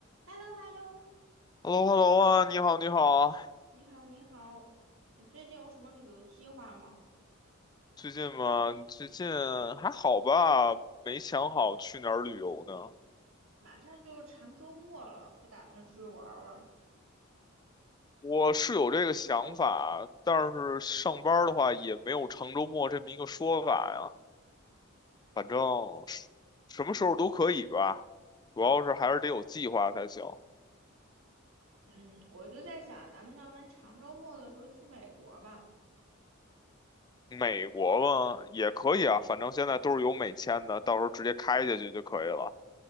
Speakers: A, on the right; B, on the left.
A: h e l l o h e l l o
B: h e l l o h e l l o 啊，你好，你好啊
A: 你好，你好，你最近有什么旅游计划吗？
B: 最近嘛，最近还好吧？没想好去哪儿旅游呢。
A: 马上就是长周末了，不打算出去玩儿玩儿。
B: 我是有这个想法，但是上班儿的话也没有长周末这么一个说法呀。反正是什么时候都可以吧，主要是还是得有计划才行。
A: 嗯，我就在想，咱们要不然长周末的时候去美国吧。
B: 美国嘛也可以啊，反正现在都是有美签的，到时候直接开下去就可以了。